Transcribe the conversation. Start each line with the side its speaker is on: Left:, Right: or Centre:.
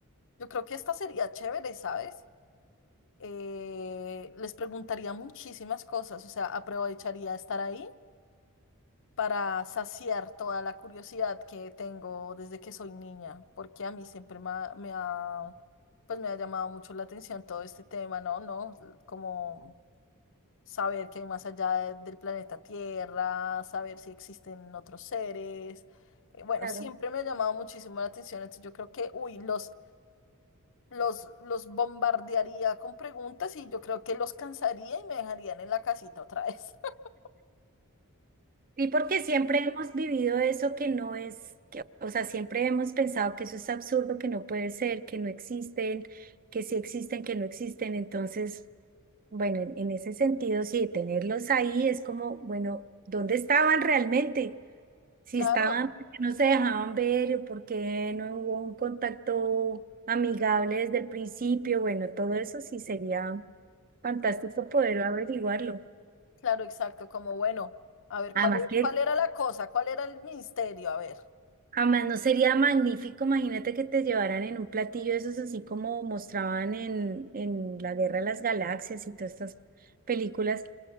Left: Yo creo que esta sería chévere, ¿sabes? Eh, les preguntaría muchísimas cosas, o sea, aprovecharía estar ahí para saciar toda la curiosidad que tengo desde que soy niña, porque a mí siempre me ha, me ha, pues me ha llamado mucho la atención todo este tema, ¿no? ¿No? Como saber qué hay más allá de- del planeta Tierra, saber si existen otros seres. Eh, bueno,
Right: Claro.
Left: siempre me ha llamado muchísimo la atención, entonces yo creo que, uy, los... los, los bombardearía con preguntas y yo creo que los cansaría y me dejarían en la casita otra vez. <laughs>
Right: Sí, porque siempre hemos vivido eso que no es, que, o sea, siempre hemos pensado que eso es absurdo, que no puede ser, que no existen, que sí existen, que no existen. Entonces, bueno, en, en ese sentido, sí, tenerlos ahí es como, bueno, ¿dónde estaban realmente? Si
Left: Claro,
Right: estaban, porque no se dejaban ver, o porque no hubo un contacto amigable desde el principio, bueno, todo eso sí sería fantástico poder averiguarlo.
Left: claro, exacto, como bueno, a ver,
Right: Además
Left: ¿cuál, e-
Right: que,
Left: cuál era la cosa? ¿Cuál era el misterio? A ver,
Right: además no sería magnífico, imagínate que te llevaran en un platillo de esos así como mostraban en, en La Guerra de las Galaxias y todas estas películas,